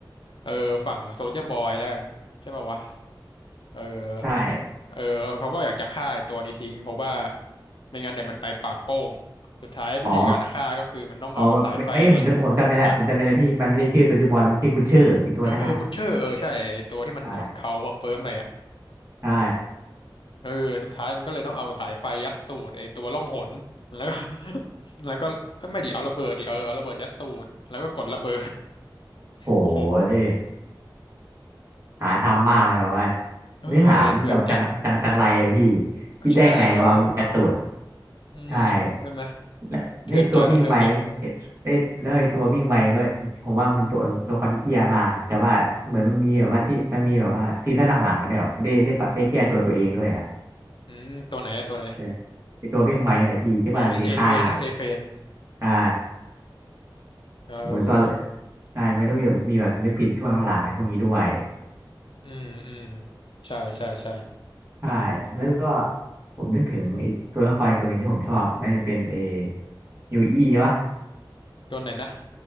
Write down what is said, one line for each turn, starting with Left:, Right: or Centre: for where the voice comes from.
Left: เออฝั่งโซลเจอร์บอยแล้วกันใช่ป่าวะเออ
Right: ใช่
Left: เออเขาก็อยากจะฆ่าไอ้ตัวนี้ทิ้งเพราะว่าไม่งั้นเดี๋ยวมันไปปากโป้งสุดท้ายวิธีการฆ่าก็คือมันต้องเอาสายไฟ
Right: อ๋ออ๋อแบบไม่เอ้ยผมจำผมจำได้แล้วผมจำได้แล้วพี่มันไม่ได้ชื่อโซลเจอร์บอยมันชื่อบูชเชอร์ไอ้ตัวนั้นอ่
Left: นะเออเออบุชเชอร์เออใช่ไอ้ตัวที่มันหนวดเขาคอนเฟิร์มหน่อยอะ
Right: ะ ใช่
Left: เออสุดท้ายมันก็เลยต้องเอาสายไฟยัดตูดไอ้ตัวล่องหนแล้วก็ <laughs> แล้วก็ไม่ดิเอาระเบิดดิเออเอาระเบิดยัดตูดแล้วก็กดระเบิด
Right: โห
Left: โอ้โห
Right: ยหาทำมากเลยแบบว่า
Left: เอ้ยเถื่อนจัด
Right: เนื้อหามันแบบจังจังจังไรอะพี่คิดได้ไงว่าเอายัดตูน
Left: ก็ใช่ใช่อืมใช่ไหม
Right: ใช่และไอ้ตัววิ่งไวไอ้ไอ้แล้วไอ้ตัววิ่งไวก็ผมว่ามันตัวตัวคนที่เหี้ยมากนะแต่ว่าเหมือนมันมีแบบว่าที่มันมีแบบว่าที่ถ้าหลังๆมันเนี่ยแบบได้ได้ปะได้แก้ตัวตัวเองด้วยอะ
Left: เถื่อนจัดอะเรื่องเนี้ยอืมตัวไหนอะตัวไหน
Right: เออไอ้ตัววิ่งไวอะพี่ที่ว่ามันมีค่า
Left: อ๋อเอเทรนนะเอเทรน
Right: ใช่
Left: เออ
Right: เหมือนตอนใช่ไม่ต้องมีแบบมีแบบนึกผิดช่วงหลังๆไอ้พวกนี้ด้วย
Left: อืมอืมใช่ใช่ใช่
Right: ใช่ แล้วก็ผมนึกถึงไอ้ตัวละครอีกตัวหนึ่งที่ผมชอบน่าจะเป็นเอยูอี้ใช่ปะ
Left: ตัวไหนนะ